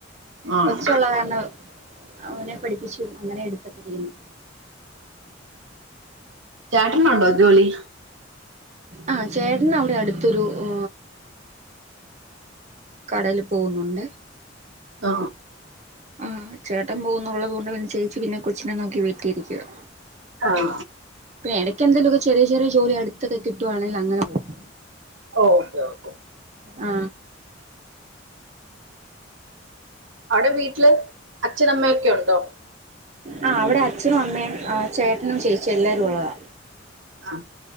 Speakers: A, on the right; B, on the right.
A: ആണോ
B: കൊച്ചുള്ളോണ്ടാണ് അവനെ പഠിപ്പിച്ചു അങ്ങനെ എടുത്ത് ഇരിക്കുന്നു
A: ചേട്ടന് ഉണ്ടോ ജോലി
B: ആ ചേട്ടൻ അവിടെ അടുത്തൊരു ഓ കടയിൽ പോകുന്നുണ്ട്
A: ആ
B: ആ ചേട്ടൻ പോകുന്നുള്ളത് കൊണ്ട് പിന്നെ ചേച്ചി പിന്നെ കൊച്ചിനെ നോക്കി വീട്ടിലിരിക്കുവാ
A: ആഹ്
B: പിന്നെ ഇടക്ക് എന്തേലൊക്കെ ചെറിയ ചെറിയ ജോലി അടുത്തൊക്കെ കിട്ടുവാണെങ്കിൽ അങ്ങനെ പോകും
A: ഓക്കെ ഓക്കെ
B: ആ
A: അവിടെ വീട്ടില് അച്ഛനമ്മയ ഒക്കെ ഉണ്ടോ
B: ആ അവിടെ അച്ഛനും അമ്മയും ആ ചേട്ടനും ചേച്ചിയും എല്ലാരും ഉള്ളതാ
A: ആ ആ